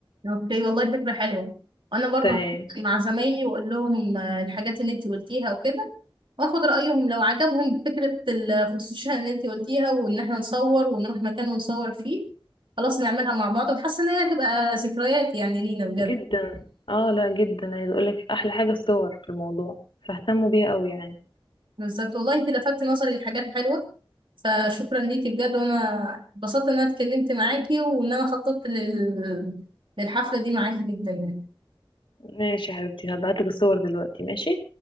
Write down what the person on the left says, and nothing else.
تمام
جدا اه لا جدا عايزة اقول لك احلى حاجة الصور في الموضوع فاهتموا بيها قوي يعني
ماشي يا حبيبتي هبعتلك الصور دلوقتي ماشي